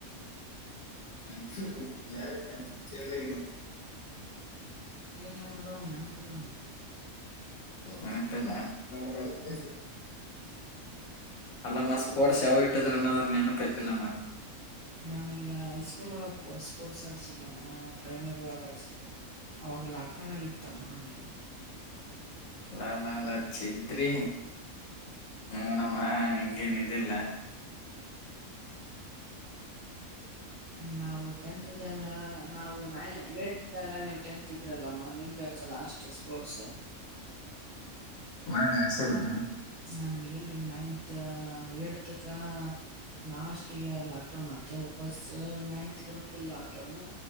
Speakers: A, on the left; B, on the right.
A: ಹ ಬೇರೆ ಕ ಕೇಳ್ದ <inaudible>
B: ಏನೋಡ ಅವ ನೆನಪಿಲ್ಲ ನನಗ
A: ನೆನಪಿಲ್ಲಾ <unintelligible>
B: ನನಗೆ
A: ಅಲ್ಲಮ್ಮ ಸ್ಪೋರ್ಟ್ಸಯಾವಗ ಇಟ್ಟಿದ್ರ ಅನ್ನೋದ್ರ ನೆನಪ ಐತಿಲ್ಲಮ್ಮ.
B: ನಮಗೆ ಹೈಸ್ಕೂಲ್ ಒಳಗ್ ಸ್ಪೋರ್ಟ್ಸ್ ಆಡ್ಸಿಲ್ಲಮ್ಮ ಪ್ರೈಮರಿ ಒಳಗ ಆಡ್ಸಿದ್ದೆ. ಅವಾಗ ಲಾಕ್ಡೌನ್ ಆಗಿತ್ತಮ್ಮ ನಮ್ದ.
A: ಲಾಲಾಲಚ್ಚತ್ರಿ ನೋಡಮ್ಮ ಹಂಗೇನ ಇದಿಲ್ಲಾ
B: ನಾವು ಟೆಂತ್ ಇದ್ದಾಗ ನಾವು ನ ಹೇಡ್ತಿದ್ದಾಗ, ನೀವು ಟೆಂತ್ -ದ್ರಲ್ಲಮ್ಮ ನಿಮ್ಮ ಬ್ಯಾಚ ಲಾಷ್ಟು ಸ್ಪೋರ್ಟ್ಸ್
A: ಹನ ಅಸಲ್ಲಾನ <unintelligible>
B: ನಮ್ಗ ಎಲ್ಲಿ ನೈನ್ತ್ ಎಡ್ತಕ್ಕ ಲಾಸ್ಟ್ ಇಯರ್ ಲಾಕ್ಡೌನ್ ಆತ್ತು ಬಸ್ ninth full lockdown